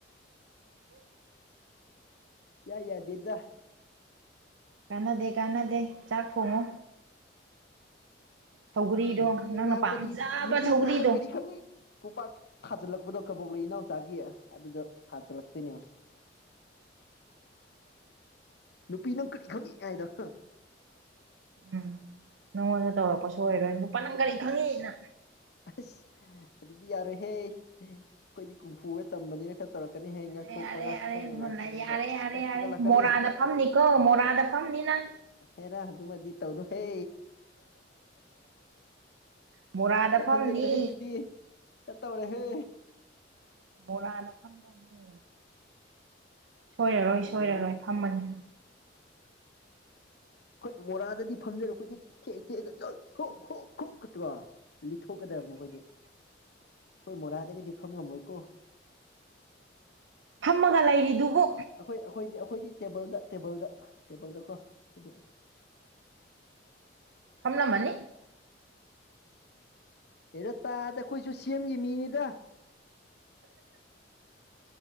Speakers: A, on the left; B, on the right.
A: ꯏꯌꯥ ꯌꯥꯗꯦꯗ
B: ꯀꯥꯟꯅꯗꯦ ꯀꯥꯟꯅꯗꯦ ꯆꯥꯛ ꯊꫭꯡꯉꯣ ꯁꯧꯒ꯭ꯔꯤꯗꯣ
A: ꯅꯨꯄꯤ
B: ꯅꯪꯅ
A: ꯑꯉꯥꯡ
B: ꯄꯥꯝꯖꯕ
A: ꯀꯔꯤ ꯅꯨꯄꯤ
B: ꯁꯧꯒ꯭ꯔꯤꯗꯣ
A: ꯑꯉꯥꯡ ꯅꯪ ꯀꯔꯤ ꯈꯪꯉꯤ ꯈꯨꯄꯥꯛ ꯊꯥꯖꯤꯜꯂꯛꯄꯗꯣ ꯀꯕꯣꯛ ꯂꯩ ꯏꯅꯥꯎꯆꯥꯒꯤ ꯑꯗꯨꯗ ꯊꯥꯖꯜꯂꯛꯇꯣꯏꯅꯦꯕ ꯅꯨꯄꯤ ꯅꯪ ꯀꯔꯤ ꯈꯪꯉꯤ ꯍꯥꯏꯗꫭ
B: ꯎꯝ ꯅꯪꯉꯣꯟꯗ ꯇꯧꯔꯛꯄ ꯁꫭꯏꯔꯣꯏ ꯅꯨꯄꯥ ꯅꯪ ꯀꯔꯤ ꯈꯪꯉꯤꯅ
A: ꯑꯁ ꯑꯗꯨꯗꯤ ꯌꯥꯔꯣꯏꯍꯦ ꯑꯩꯈꯣꯏꯗꯤ ꯀꯨꯡꯐꯨꯒ ꯇꯝꯕꯅꯤꯅ ꯈꯔ ꯇꯧꯔꯛꯀꯅꯤꯍꯦ
B: ꯌꯥꯔꯦ
A: ꯉꯥꯛꯊꯣꯛꯄ
B: ꯌꯥꯔꯦ
A: ꯉꯥꯛ
B: ꯌꯥꯔꯦ
A: ꯁꯟ ꯑꯁ
B: ꯌꯥꯔꯦ ꯌꯥꯔꯦ
A: ꯈꯔ
B: ꯌꯥꯔꯦ
A: ꯊꯦꯀꯠꯂꯛꯀꯅꯤ
B: ꯃꯣꯔꯥꯗ ꯐꯝꯅꯤꯀꯣ ꯃꯣꯔꯥꯗ ꯐꯝꯅꯤ ꯅꯪ
A: ꯍꯦꯔꯥ ꯑꯗꯨꯃꯗꯤ ꯇꯧꯔꯣꯍꯦ
B: ꯃꯣꯔꯥꯗ
A: ꯌꯥꯝ
B: ꯐꯝꯅꯤ
A: ꯍꯦꯟꯖꯤꯜꯂꯦꯍꯦ ꯑꯗꯨꯗꯤ ꯈꯔ ꯇꯧꯔꯍꯦ
B: ꯕꯣꯔꯥꯗ ꯐꯝꯗꯧꯅꯤ ꯁꯣꯏꯔꯔꯣꯏ
A: ꯍꯦꯟꯖꯜꯂꯦꯍꯦ
B: ꯁꯣꯏꯔꯔꯣꯏ ꯐꯝꯃꯅꯤ
A: ꯍꯣꯏ ꯃꯣꯔꯥꯗꯗꯤ ꯐꯝꯖꯔꯣ ꯑꯩꯈꯣꯏꯁꯦ ꯊꯦꯛ ꯊꯦꯛꯑ <unintelligible> ꯂꯤꯠꯊꯣꯛꯀꯗꯕꯅꯤ ꯑꯩꯈꯣꯏꯗꯤ ꯑꯩꯈꯣꯏ ꯃꯣꯔꯥꯗꯒꯗꯤ ꯐꯝ ꯉꯝꯃꯣꯏꯀꯣ
B: ꯐꯝꯃꯒ ꯂꯩꯔꯤꯗꯨꯕꯨ
A: ꯍꫭꯏ ꯑꯩꯈꯣꯏꯗꯤ ꯑꯩꯈꯣꯏꯗꯤ ꯇꯦꯕꯜꯗ ꯇꯦꯕꯜꯗ ꯇꯦꯕꯜꯗꯀꯣ ꯑꯩꯈꯣꯏꯗꯤ
B: ꯐꯝꯂꯝꯃꯅꯤ
A: ꯍꯦꯔꯥ ꯇꯥꯗ ꯑꯩꯈꯣꯏꯖꯨ ꯁꯦꯝꯒꯤ ꯃꯤꯅꯤꯗ